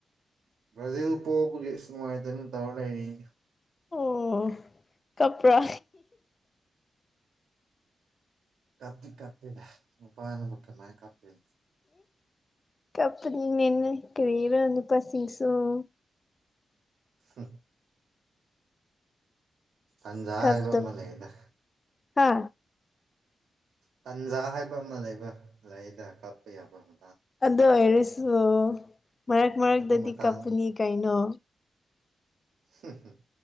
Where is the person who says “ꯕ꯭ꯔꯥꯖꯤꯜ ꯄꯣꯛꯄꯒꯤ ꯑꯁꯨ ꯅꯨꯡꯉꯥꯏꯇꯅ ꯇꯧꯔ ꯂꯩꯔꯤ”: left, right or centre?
Right